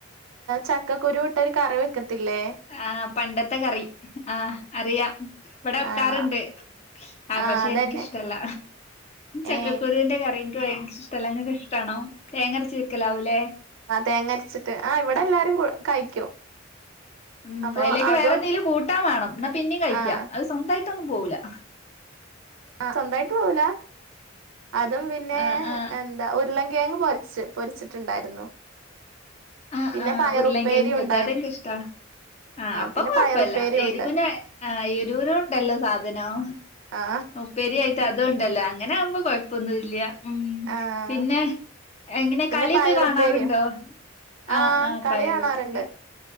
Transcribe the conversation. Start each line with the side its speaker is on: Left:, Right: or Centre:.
Right: ചക്കക്കുരുവും ഇട്ടൊരു കറിവെക്കത്തി ത്തിലെ
Left: ആ പണ്ടത്തെ കറി ആ അറിയാം ഇവിടെ വെക്കാറണ്ട്
Right: ആഹ്
Left: ആ
Right: ആഹ്
Left: പക്ഷെ
Right: അതന്നെ
Left: എനിക്കിഷ്ടമല്ല ചക്കക്കുരുവിന്റെ
Right: ഏ
Left: കറിക്ക് വ- ഇഷ്ടല്ലെ നിങ്ങക്ക് ഇഷ്ടമാണോ തേങ്ങരച്ച് വെക്കലാവൂലേ
Right: ആ തേങ്ങരച്ചിട്ട് ആ ഇവിടെ എല്ലാരും കഴിക്കും
Left: ഉം
Right: അപ്പൊ
Left: അതിലേക്ക്
Right: അതും
Left: വേറെ എന്തെങ്കിലും കൂട്ടാൻ വേണം എന്നാ പിന്നും കഴിക്കാ
Right: ആഹ്
Left: അത് സ്വന്തമായി ട്ടിന്നും പോകില്ല
Right: ആ സ്വന്തായിട്ട് പോവൂല അതും പിന്നെ
Left: ആ ആ
Right: എന്താ ഒ- ഉരുള്ളങ്കേങ്ങ് പെരിച്ച പൊരിച്ചിട്ടുണ്ടായിരുന്നു
Left: ആഹ്
Right: പിന്നെ
Left: ആഹ്
Right: പയറുപ്പേരി
Left: ഉരുളൻ കിഴങ്ങ് പൊരിച്ച
Right: ഉണ്ടായിരുന്നു
Left: അതെനിക്ക് ഇഷ്ടമാ ആ അപ്പം
Right: പിന്നെ
Left: കൊഴപ്പല്ല
Right: പയറുപ്പേരി
Left: എരുവിന
Right: ഉണ്ട്
Left: ആ എന്തുരഉണ്ടല്ലോ സാധനം
Right: ആ
Left: ഉപ്പരി ആയിട്ട അതുകൊണ്ടല്ലോ അങ്ങനെ ആവുമ്പോ കുഴപ്പമൊന്നും ഇല്ല ഉം
Right: ആ
Left: പിന്നെ എങ്ങനെ
Right: പിന്നെ
Left: കളിയൊക്കെ
Right: പയറുപ്പേരിയും
Left: കാണാറുണ്ടോ
Right: ആഹ്
Left: ആ ആ
Right: കളി
Left: പയറുപേരി
Right: കാണാറുണ്ട്